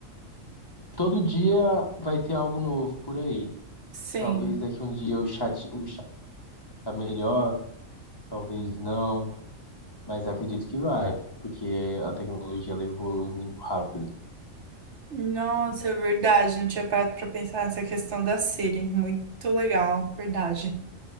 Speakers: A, on the left; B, on the right.
A: todo dia vai ter algo novo por aí.
B: sim.
A: Talvez daqui um dia o chat, o tá melhor, talvez não, mas acredito que vai, porque a tecnologia ela evolui muito rápido.
B: Nossa, é verdade. Não tinha parado pra pensar nessa questão da Siri. Muito legal, verdade.